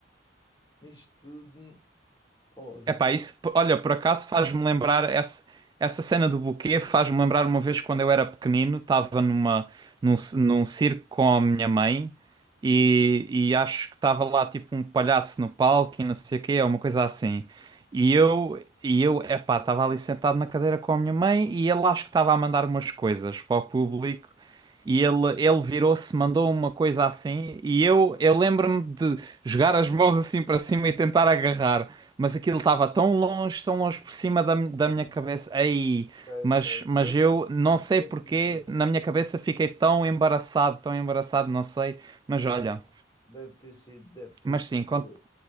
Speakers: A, on the left; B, on the right.
A: Nisto tudo, olha,
B: Epá, isso, p- olha, por acaso faz-me lembrar essa, essa cena do buquê, faz-me lembrar uma vez quando eu era pequenino, estava numa, num, ci- num circo com a minha mãe e,
A: hum,
B: e acho que estava lá tipo um palhaço no palco e não sei o quê, uma coisa assim. E eu, e eu, epá, estava ali sentado na cadeira com a minha mãe e ele acho que estava a mandar umas coisas para o público. E ele, ele virou-se, mandou uma coisa assim, e eu, eu lembro-me de jogar as mãos assim para cima e tentar agarrar. Mas aquilo estava tão longe, tão longe por cima da, mi- da minha cabeça. aí
A: esquece,
B: mas,
A: esquece.
B: mas
A: Deve
B: eu
A: ter sido,
B: não sei
A: deve
B: porquê,
A: ter sido,
B: na minha cabeça fiquei tão embaraçado, tão embaraçado, não sei. Mas olha,
A: deve ter sido, deve ter
B: mas
A: sido.
B: sim, con-